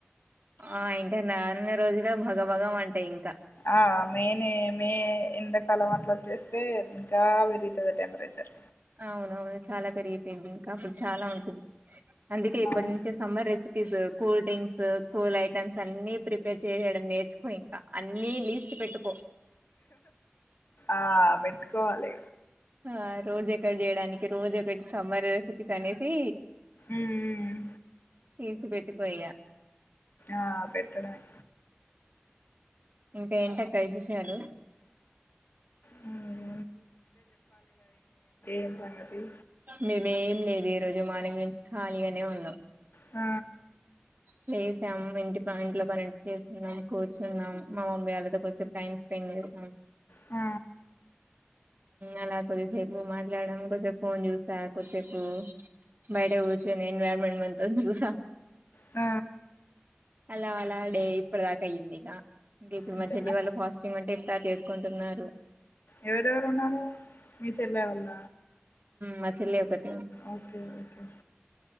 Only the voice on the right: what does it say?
ఆ ఇంకా నాన్న రోజులు భగభగం అంటాయి ఇంకా
అవునవును చాలా పెరిగిపోయింది ఇంకా అప్పుడు చాలా ఉంటంది అందుకే ఇప్పటి
నుంచే summer recipes cool drinks cool items అన్ని ప్రిపేర్ చేయడం నేర్చుకో ఇంకా అన్ని లీస్ట్ పెట్టు
ఆ రోజు ఎక్కటి చేయడానికి రోజు ఒకటి సమ్మర్ రెసిపీస్ అనేసి
తీటీసి పెట్టిపోయ్యా
ఇంకా ఏంటక్క విశేషాలు
మేమ లే ఈరోజు మార్నింగ్ నుంచి ఖాళీగానే ఉన్నాం
ప్లేస్ ఇంటి ఇంట్లో పని చేస్తున్నాం కూర్చున్నాం మా మమ్మీ వాళ్ళతోసే టైమ్ స్పెండ్ చేస్తాం సం
అలా కొద్దిసేపు మాట్లాడడంకోసేపు ఫోన్ చూస్త చకు కాసేపు బయట కూర్చుని ఎన్వైరన్మెంట్ మొత్తం చూసా
అలా అలా డే ఇప్పుడు దాకా అయ్యంది ఇక ఇంకా ఇప్పుడు
మా చెల్లి వాళ్ళ ఫాస్టియంగ్ అంటే ఇ కుంటున్నారు
మ చెల్లి ఒకతె